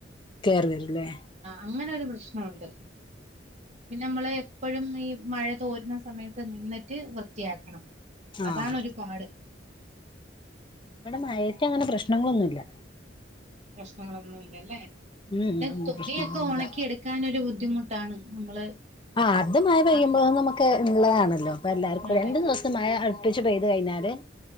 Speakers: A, on the left; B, on the right.
A: കേറി വരല്ലേ
B: അങ്ങനെ ഒരു പ്രശ്നുണ്ട് പിന്നെ നമ്മള് ഇപ്പോഴും ഈ മഴ തോരുന്ന സമയത്ത് നിന്ന് വൃത്തിയാക്കണം അതാണ്
A: ആഹ്
B: ഒരുപാട്
A: ഇവിടെ മഴയത്ത് അങ്ങനെ പ്രശ്നങ്ങളൊന്നുമല്ല
B: പ്രശ്നങ്ങളൊന്നും ഇല്ലല്ലേ
A: ഉം
B: പി
A: ഉം
B: തുണിയൊക്കെ
A: പ്രശ്നങ്ങളൊന്നുല്ല
B: ഉണക്കി എടുക്കാൻരു ബു- ബുദ്ധിമുട്ടാണ് നമ്മള്
A: ആ അത് മഴ പെയ്യുമ്പോൾ
B: ആ
A: നമുക്ക് ഉള്ളതാണല്ലോ അപ്പൊ എല്ലാർക്കും
B: അതെ
A: രണ്ടു ദിവസം മഴ ടുപ്പിച്ച് പെയ്ത് കഴിഞ്ഞാല്